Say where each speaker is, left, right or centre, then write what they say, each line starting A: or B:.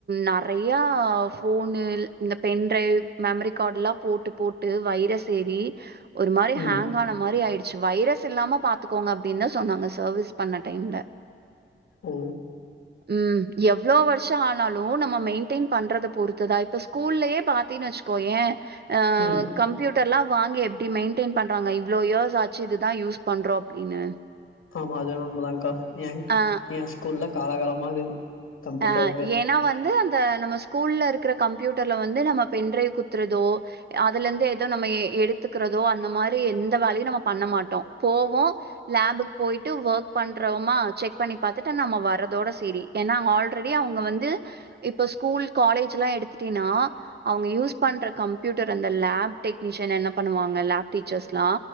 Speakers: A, on the right; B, on the left.
A: நறைய ஃபோனு இந்த பென்ட்ரைவ் மெமரி கார்ட்லா போட்டு போட் ட்டு வைரஸ் ஏரி ஒரு மாரி
B: ம்
A: ஹேங் ஆன மாரி ஆயிடு ச்சு வைரஸ் இல்லாம பாத்துக்கோங்க அப்டின் தா சொன்னாங்க சர்வீஸ் பண்ண டைம்ல
B: ஓ
A: ம் எவ்ளோ வரு க்ஷ ஆனாலு நம்ம மெயின்டெயின் பண்றத பொறுத்துதா இப்ப ஸ்கூல்லையே பாத்தீன்னு வச்சுக்கோ ஏ அ
B: ம்
A: கம்பியூட் டர்ல்லா வாங்கி எப்டி மெயின்டெயின் பண்றாங்க இவ்ளோ யேர்ஸ் ஆச்சு இதுதா யூஸ் பண்றோ அப்டின்னு
B: ஆம்மா அதுவேனா உண்மதாங்க்கா ஏங்
A: அ
B: எ ஸ்கூல்ல காலகாலமாகுது கம்ப்யூட்டர்
A: அ
B: எங்க
A: ஏன்னா வந்து அந்த நம்ம கூல்ல இருக்குற கம்பீயூட்டர்ல வந்து நம்ம பென்ட்ரைவ் குத்துறதோ அதுல இருந்து எதோ நம்ம எடுத்துக்குறதோ அந்த மாரி எந்த வேலையு நம்ம பண்ண மாட்டோ போவோ லேப்புக்கு போயிட்டு ஒர்க் பண்றோமா செக் பண்ணி பாத்துட்டு நம்ம வர்றதோட செரி ஏன்னா ஃஹால் இப்ப வந்து இப்ப ஸ்கூல் காலேஜ் எல்லா எடுத்துட்டீன்னா அவுங்க யூஸ் பண்ற கம்பீயூட்டர் அந்த லேப் டெக்னீஷியன் என்ன பண்ணுவாங்க லேப் டீச்சர்ஸ்லா